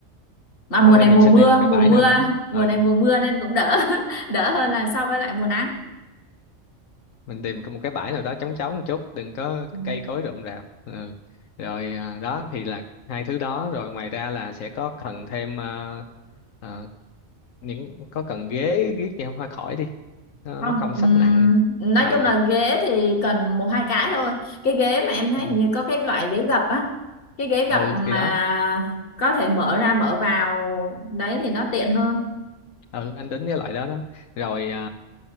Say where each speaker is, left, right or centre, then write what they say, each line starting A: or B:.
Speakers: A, on the left; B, on the left.
A: mà
B: không
A: mùa này
B: thì mình
A: mùa
B: sẽ
A: mưa
B: tìm một cái
A: mùa
B: bãi
A: mưa
B: nào đó
A: mùa
B: ừ
A: này mùa mưa nên cũng đỡ <laughs> đỡ hơn là so với lại mùa nắng
B: mình tìm có một cái bãi nào đó trống trống một chút đừng có
A: Ừ.
B: cây cối rậm rạp ừ. rồi à, đó thì là hai thứ đó rồi ngoài ra là sẽ có cần thêm à, à, những có cần ghế ghế thì không hơi khỏi đi nó
A: không
B: mắc công
A: ừm,
B: sách nặng
A: nói
B: ừ
A: chung là ghế thì cần một hai cái thôi cái ghế mà em thấy
B: ừ,
A: hình như có cái loại ghế gập á cái ghế gập
B: ừ
A: mà
B: thì đó
A: có thể mở ra mở vào đấy thì nó tiện hơn
B: ừ anh tính cái loại đó đó rồi à,